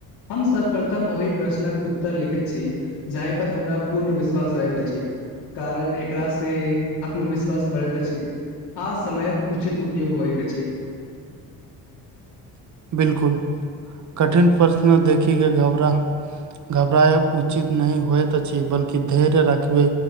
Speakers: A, on the left (about 70°); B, on the right (about 45°).
A: हम सर्वप्रथम ओहि प्रश्नक उत्तर लिखैत छी। जाहि पर हमरा पूर्ण विश्वास रहैत अछि। कारण एकरास से आत्मविश्वास बढ़ैत अछि। आ समयक उचित उपयोग होयइत अछि।
B: बिलकुल कठिन प्रश्न देखि के घबराह- - घबराएब उचित नहि होयइत अछि बल्कि धैर्य रखबै।